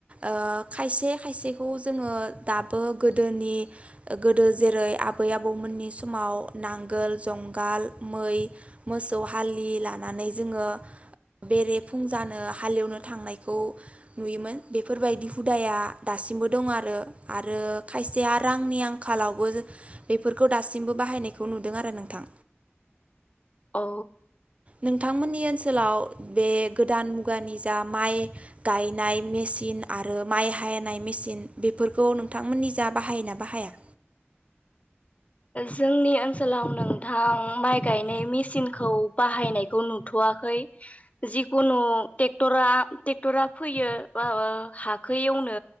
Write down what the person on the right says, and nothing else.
ओ खायसे खायसेखौ जोङो दाबो गोदोनि गोदो जेरै आबै आबौमोननि समाव नांगोल जंगाल मै मोसौ हालि लानानै जोङो- बेरेफुं जानो- हालेवनो थांनायखौ नुयोमोन बेफोरबायदि हुदाया दासिमबो दं आरो आरो खायसेया रांनि आंखालावबो बेफोरखौ दासिमबो बाहायनायखौ नुदों आरो नोंथां!
नोंथांमोननि ओनसोलाव बे गोदान मुगानि जा माइ गायनाय मेसिन- आरो माइ हायनाय मेसिन बेफोरखौ नोंथांमोननि जा बाहायोना बाहाया